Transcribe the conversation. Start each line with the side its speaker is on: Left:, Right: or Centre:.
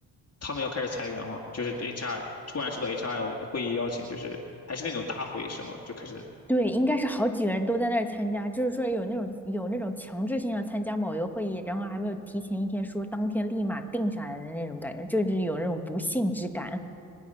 Left: 他们要开始裁员了，就是 HR 突然收到 HR 会议邀请，就是还是那种大会是吗？就开始，
Centre: 对，应该是好几个人都在那儿参加，就是说有那种有那种强制性要参加某一个会议，然后还没有提前一天说，当天立马定下来的那种感觉，就是有那种不幸之感。